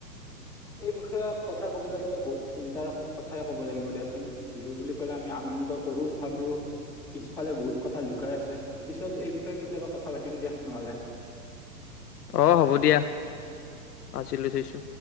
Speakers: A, in the centre; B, on the left.
A: এই বিষয়ে কথা কবলৈ গ'লে বহুত চিন্তাৰ কথাই ক'ব লাগিব দিয়াচোন। বিহু বুলি ক'লে আমি আনন্দ কৰো, তথাপিও পিছফালে বহুত কথা লুকাই আছে। পিছত এই বিষয়ে কেতিয়া বা' কথা পাতিম দিয়া। নহ'লে।
B: অঁ হ'ব দিয়া। আজিলৈ থৈছো।